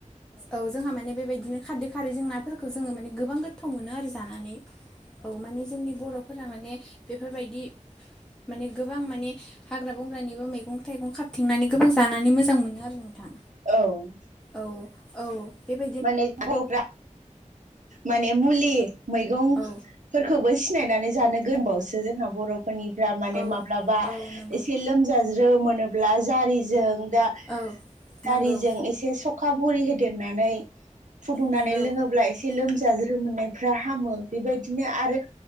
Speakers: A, in the centre; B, on the right.
A: औ जोंहा माने बेबायदिनो खादै खारैजों नाफोरखो जोङो माने गोबां गोथाव मोनो आरो जानानै औ माने जोंनि बर' फोर माने बेफोरबायदि माने गोबां माने हाग्रा बंग्रानिबो मैगं थाइगं खाबथेंनानै गोबां जानानै मोजां मोनो आरो नोंथां।
B: औ।
A: औ औ बेबा
B: माने ग'फ्रा माने मुलि मैगं
A: औ
B: फोरखौबो सिनायनानै जानो गोनबावसो जोंहा बर'फोरनिफ्रा माने
A: औ
B: माब्लाबा
A: औ नंगौ
B: एसे लोमजाज्रोम मोनोब्ला जारिजों दा
A: औ नंगौ
B: दारिजों एसे सखा बरुरि होदेरनानै फुदुंनानै
A: नंगौ
B: लोङोब्ला एसे लोमजाज्रो मोननायफ्रा हामो बेबायदिनो आरो